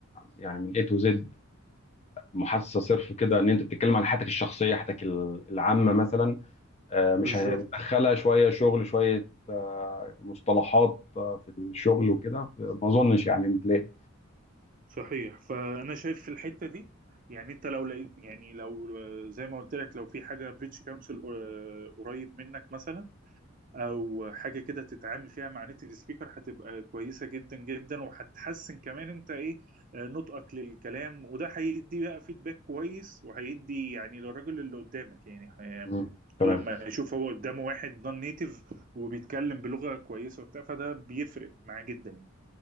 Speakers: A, on the left; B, on the right.
A: يعني من A to Z محادثه صرف كده ان انت بتتكلم على حياتك الشخصيه حياتك ال- العامه مثلا آه،
B: بالظبط
A: مش هندخلها شويه شغل شويه آه، مصطلحات آه، في الشغل وكده ما اظنش يعني تلاقي
B: صحيح فانا شايف في الحته دي يعني انت لو لقيت يعني لو آه، زي ما قلت لك لو في حاجه بريتش كونسل قريب منك مثلا او حاجه كده تتعامل فيها مع نيتيف سبيكر هتبقى كويسه جدا جدا وهتحسن كمان انت ايه آه، نطقك للكلام وده هيدي بقى فيدباك كويس وهيدي يعني للراجل اللي قدامك يعني آم،
A: مم. تمام
B: لما يشوف هو قدامه واحد نون نيتيف وبيتكلم بلغه كويسه وبتاع فده بيفرق معاه جدا يعني.